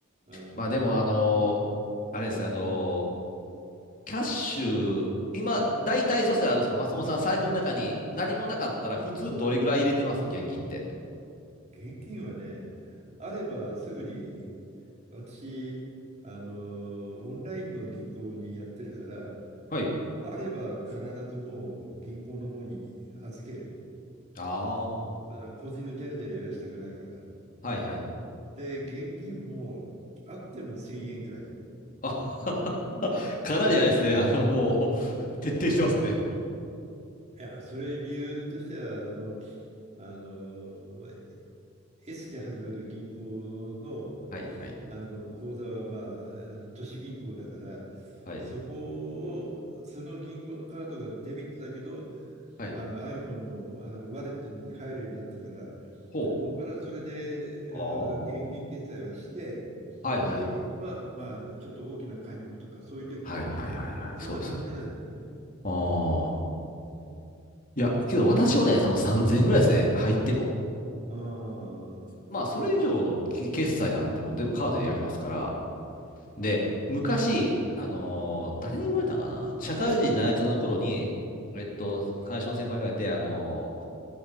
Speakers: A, on the right; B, on the left.
A: ああ、
B: まあでも、あのあれです、あと、キャッシュ、今、大体そしたらあれですか、松本さん、財布の中に何もなかったら、普通どれぐらい入れてます現金って。
A: 現金はね、あればすぐに、私、あの、オンラインの銀行にやってるから、
B: はい。
A: あれば必ずもう銀行の方に預ける。
B: ああ、は
A: あ個人のジャラジャラ言わせたくないから。
B: いはい。
A: で、現金もあっても1000円ぐらい。
B: あ <laughs> <laughs> かなりあれですね。あの、もう、徹底してますね。
A: いや、それ理由としては、あの、あの、S で始まる銀行の、
B: はいはい
A: あの口座は、まあ、あの都市銀行だから、
B: はい。
A: そこを、その銀行のカードがデビットだけど、
B: はい。
A: あの iPhone の、あのワレットに入るようになったから、
B: ほう。
A: もっぱらそれであの現金決済はして、
B: ああはいはい。
A: クレジットは、まあ、ちょっと大きな買い物とか、そういう時
B: はいはいはいはい。
A: そんな感じなんでね。
B: そうですよね。ああ。いや、けど私もね、多分3000円ぐらいですね。
A: うん
B: 入っても。
A: ああ、
B: まあ、それ以上のき決済なんてもう全部カードでやりますから。で、昔、あのー誰に言われたのかな社会人になれたの頃に、
A: うん、
B: えっと、会社の先輩に言われて、あの